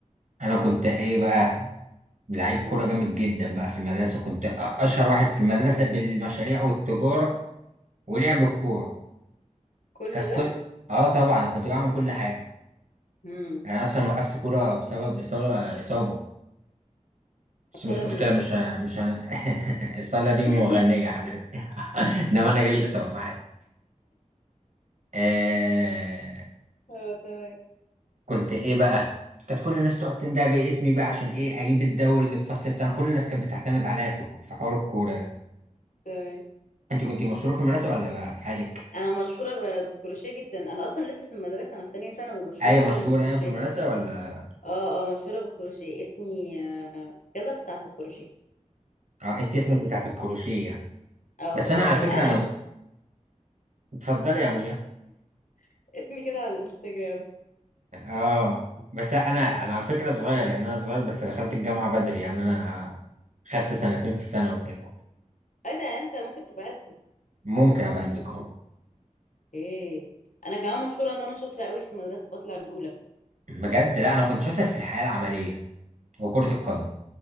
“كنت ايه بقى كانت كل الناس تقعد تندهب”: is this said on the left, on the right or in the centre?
Right